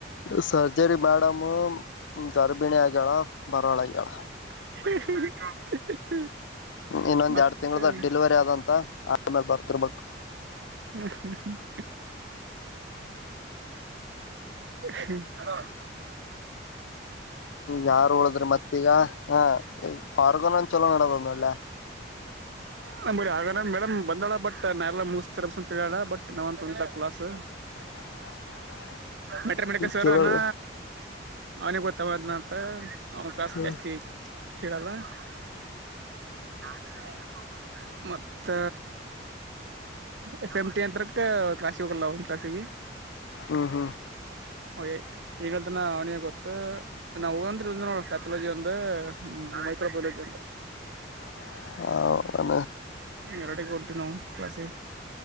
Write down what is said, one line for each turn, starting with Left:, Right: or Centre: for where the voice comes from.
Left: ಸರ್ಜರಿ ಮೇಡಮ್ಮ್ ಗರ್ಭಿಣಿ ಆಗ್ಯಾಳ ಬರಲಾ ಆಗ್ಯಾಳ.
Right: <unintelligible>
Left: ಇನ್ನೊಂದ
Right: ಮತ್ತೆ
Left: ಎರಡು ತಿಂಗಳದ ಡಿಲಿವರಿ ಆದಂತ ಆಮೇಲೆ ಬರ್ತಿರ್ಬೇಕು.
Right: <unintelligible> <unintelligible> ಹಲೋ.
Left: ಯಾರು ಉಳದ್ರ ಮತ್ತೀಗ ಹ್ಮ್ಮ್ ಆರ್ಗನ ಒಂದು ಚಲೋ ನಡದಾದ ಅದ ಒಳ್ಳ. <inaudible>
Right: ಹ್ಮ್ಮ್ ಬರಿ ಆರ್ಗನ ಮೇಡಮ್ ಬಂದಳ ಬಟ್ ನಾ ಎಲ್ಲಾ ಮುಗಿಸತರ ಅಂತ ಹೇಳಳ ಬಟ್ ನಾವ್ಂತ ಕ್ಲಾಸ್.
Left: <unintelligible>
Right: ಮೆಟ್ರಾ ಮೇನಿಕ್ ಸರ್
Left: ಚಲೋ
Right: ಅನಾ ಅವನ ಗೊತ್ತ ಅವ ಅಂದನ ಅಂತ. ಅವನ ಕ್ಲಾಸ್
Left: ಹ್ಮ್
Right: ಜಾಸ್ತಿ ಕೇಳಲ. <unintelligible>
Left: <inaudible>
Right: ಮತ್ತ ಎಫ್ ಎಂ ಟಿ ಅತ್ರಕ್ಕೆ ಕ್ಲಾಸಗೆ ಹೋಗಲ್ಲ ಒಂದು ಕ್ಲಾಸಿಗೆ. ಈಗ
Left: ಹ್ಮ್ ಹ್ಮ್
Right: ಅವ ಏನ ಹೇಳತಾನ ಅವನಿಗೆ ಗೊತ್ತು. ನಾ ಹ್ಮಂ ಅಂದ್ರ ನೋಡ ಪ್ಯಾಥಾಲಜಿ ಒಂದ ಮೈಕ್ರೋಬಯಾಲಜಿ ಅಂದ.
Left: <unintelligible>
Right: ಎರಡಗೆ ಉಂಟು ನಾವು ಕ್ಲಾಸ.